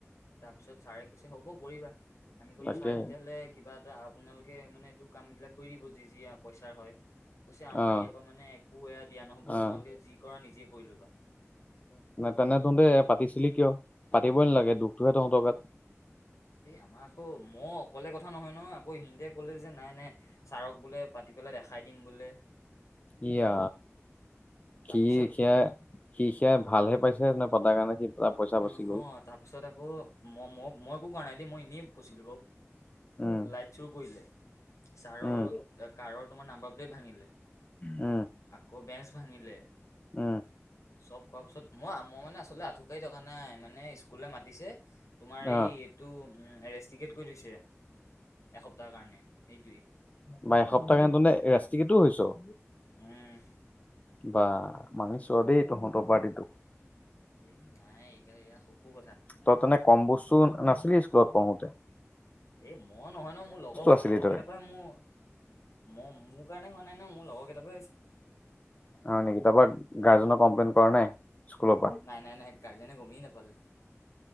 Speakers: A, on the left; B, on the left.
A: তাৰপিছত ছাৰে কৈছে হ'ব কৰিবা। আমি কলো
B: তাকে
A: ছাৰ তেতিয়াহ'লে কিবা এটা আপোনালোকে মানে এইটো কামবিলাক কৰি দিব যি যি পইচা হয়। কৈছে আমাৰ
B: অ',
A: ইয়াৰ পৰা মানে একো এয়া দিয়া নহব
B: অ',
A: তোমালোকে যি কৰা নিজে কৰি ল'বা।
B: তেনে তহঁতে পাতিছিলি কিয় পাতিবই নালাগে দুখটোহে তহঁতৰ গাত।
A: এই আমাৰ আকৌ মই অকলে কথা নহয় ন আকৌ হিনতে ক'লে যে নাই নাই। ছাৰক বোলে পাতি পেলাই দেখাই দিম বোলে।
B: ইয়া
A: তাৰপিছত
B: কি এ কয়া <unintelligible> সি সেয়াই ভালহে পাইছে নে পতাৰ কাৰণে সি। পইচা বাচি
A: নহয়
B: গ'ল।
A: তাৰ পিছত আকৌ মই মই মই একো কৰা নাই দে মই এনেই ফচিলো বাৰু।
B: উম,
A: লাইট চুৰ কৰিলে ছাৰৰ
B: উম,
A: কাৰৰ তোমাৰ নাম্বাৰ প্লেট ভাঙি দিলে।
B: উম,
A: আকৌ বেঞ্চ ভাঙিলে।
B: উম,
A: চব কৰোৱাৰ পিছত মই মই মানে আচলতে আঁঠুকাৰি থকা নাই মানে স্কুলে মাতিছে। তোমাৰ
B: অ',
A: এই এইটো উম ৰেষ্টিকেট কৰি থৈছে এসপ্তাহ কাৰণে সেইটোৱে।
B: বা এসপ্তাহ কে তনে ৰেষ্টিকেটো হৈছোঁ।
A: উম
B: বাঃ মানিছোঁ আৰু দেই তহঁতৰ পাৰ্টিটোক
A: এই নাই, এই এইয়া স সৰু কথা
B: তই তেনে কম বস্তু নাছিলি, স্কুলত পঢ়োঁতে
A: এই, মই নহয় ন, মোৰ লগৰ কেইটা,
B: আছিলি
A: লগৰ
B: তই
A: কেইটাৰ পৰাই মোৰ মই, মোৰ কাৰণে হোৱা নাই ন, মোৰ লগৰকেটাৰ পৰাই হছে।
B: হয় নেকি? তাৰপৰা, গাৰ্জেনক কমপ্লেন কৰা নাই? স্কুলৰ পৰা,
A: নাই নাই নাই গাৰ্জেনে গমেই নাপালে